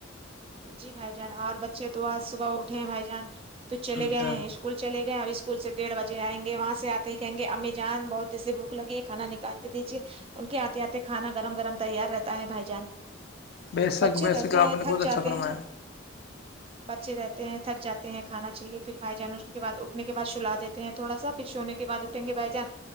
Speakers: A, on the right; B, on the left.
A: جی بھائی جان اور بچے تو آج صبح اٹھے بھائی جان تو چلے
B: اچھا
A: گئے ہیں اسکول چلے گئے اب اسکول سے ڈیڑھ بجے آئ گے وہاں سے آتے ہی کہیں گے امی جان بہت اسیے بھک لگی کھانا نکال دیجے ان کے آتے آتے کھانا گرم گرم تیار رہتا ہے بھائی جان
B: بے شک
A: بچے
B: بے
A: رہتے
B: شک آپ
A: ہیں
B: نے
A: تھک
B: بہت اچھا
A: جاتے
B: فرمایا
A: ہیں بچے رہتے ہیں تھک جاتے ہیں کانا چاہیے پھر بھائی جان اس کے بد اٹھنے کے بع چلا دیتے ہیں تھوڑا سا پھر سونے کے بعھ گے بھائی جان